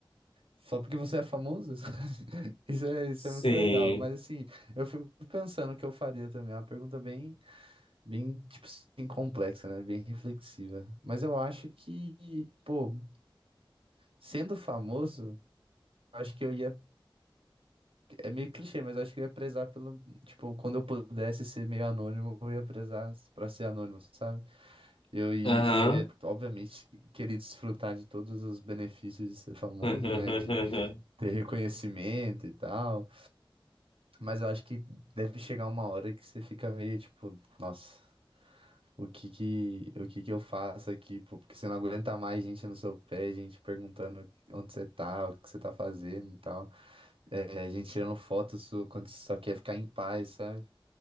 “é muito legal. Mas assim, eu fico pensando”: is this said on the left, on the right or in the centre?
Right